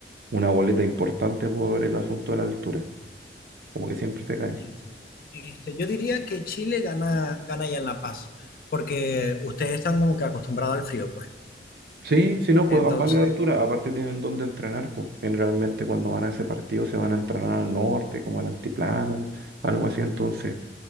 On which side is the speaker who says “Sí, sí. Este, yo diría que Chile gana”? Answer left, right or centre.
Left